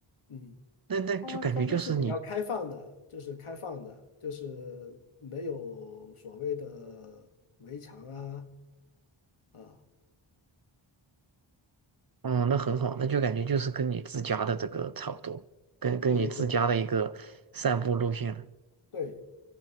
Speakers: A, on the left; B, on the right.
A: 嗯，
B: 那那就感觉就是你，
A: 它相对是比较开放的，就是开放的，就是没有所谓的围墙啊啊。
B: 哦、那很好，那就感觉就是跟你自家的这个差不多，跟跟你自家的一个散步路线了
A: 对对对对对对，